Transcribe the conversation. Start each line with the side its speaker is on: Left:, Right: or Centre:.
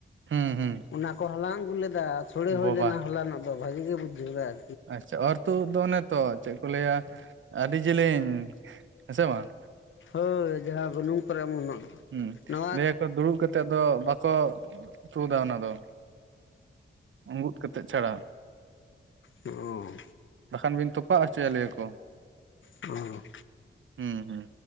Right: ᱦᱩᱸ ᱦᱩᱸ
Left: ᱚᱱᱟᱠᱚ ᱦᱟᱞᱟᱝ ᱟᱜᱩ ᱞᱮᱫᱟ ᱥᱳᱲᱮ ᱦᱳᱭ
Right: ᱵᱳᱵᱟ
Left: ᱞᱮᱱᱟ ᱦᱚᱞᱟᱱᱚᱜ ᱫᱚ ᱵᱷᱟᱜᱤ ᱜᱮ ᱵᱩᱡᱷᱟᱹᱣᱱᱟ
Right: ᱟᱪᱪᱷᱟ ᱚᱨ ᱛᱩᱫ ᱩᱫ ᱚᱱᱮᱛᱚ ᱪᱮᱫ ᱠᱚ ᱞᱟᱹᱭᱟ ᱟᱹᱰᱤ ᱡᱮᱞᱮᱧ ᱦᱮᱸ ᱥᱮ ᱵᱟᱝ
Left: ᱦᱳᱭ ᱡᱟᱦᱟᱸ ᱵᱩᱱᱩᱢ ᱠᱚᱨᱮ ᱚᱢᱚᱱᱚᱜ
Right: ᱦᱩᱸ
Left: ᱱᱚᱣᱟ
Right: ᱞᱟᱹᱭᱟᱠᱚ ᱫᱩᱲᱩᱵ ᱠᱟᱛᱮᱜ ᱫᱚ ᱵᱟᱠᱚ ᱛᱩᱫᱟ ᱚᱱᱟ ᱫᱚ ᱩᱸᱜᱩᱫ ᱠᱟᱛᱮᱫ ᱪᱷᱟᱲᱟ
Left: ᱚ
Right: ᱵᱟᱠᱷᱟᱱ ᱵᱤᱱ ᱛᱚᱯᱟᱜ ᱦᱚᱪᱚᱭᱟ ᱞᱟᱹᱭᱟᱠᱚ
Left: ᱚ
Right: ᱦᱩᱸ ᱦᱩᱸ